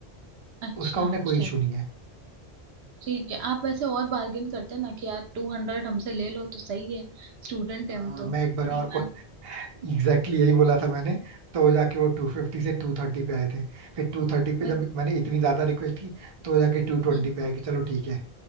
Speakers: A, on the right; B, on the right.
A: अच्छा
B: उसका उन्हें
A: अच्छा
B: कोई इशू नहीं है
A: ठीक है आप वैसे और बार्गेन करते हैं ना कि यार टू हंड्रेड हमसे ले लो तो सही है स्टूडेंट है
B: अ,
A: हम तो
B: मैं
A: नहीं
B: एक बार और
A: मानते।
B: एग्जैक्टली exactly यही बोला था मैंने तो जाके वो टू फिफ्टी से टू थर्टी पे आए थे फिर टू थर्टी पे
A: <laughs>
B: जब मैंने इतनी ज्यादा रिक्वेस्ट की तो वो जाके टू ट्वेंटी
A: हम्म।
B: पे आए कि चलो ठीक है